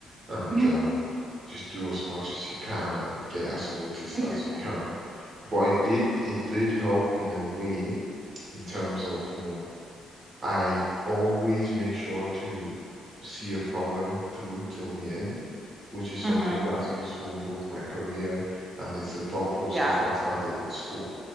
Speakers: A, on the right; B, on the right.
A: and
B: <laughs>
A: um, just do as much as you can and get as noticed
B: interesting.
A: as you can. But it did it did help in a way in terms of, you know, I always make sure to see a problem through till the end, which is something
B: hmm
A: that's useful in both my career and it's a thought process
B: Yeah.
A: that started in school.